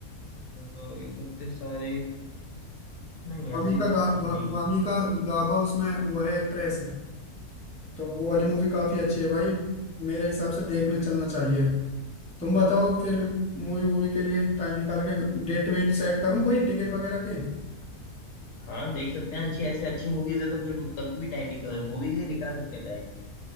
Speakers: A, on the left; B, in the centre.
A: अ, इकतीस सारे नहीं
B: वामी
A: ऐसी
B: का गा,
A: कुछ
B: वा,
A: नहीं
B: वामी
A: है
B: का गाबा उसमें वो है एक्ट्रेस तो वो वाली मूवी काफी अच्छी है भाई मेरे हिसाब से देखने चलना चाहिए तुम बताओ फिर मूवी वूवी के लिए टाइम निकाल के डेट वेट सेट करूँ कोई टिकट वगैरह के
A: हाँ देख सकते हैं अच्छी ऐसी अच्छी मूवीज है तो फिर कभी भी टाइम निकाल मूवी के लिए निकाल सकते हैं टाइम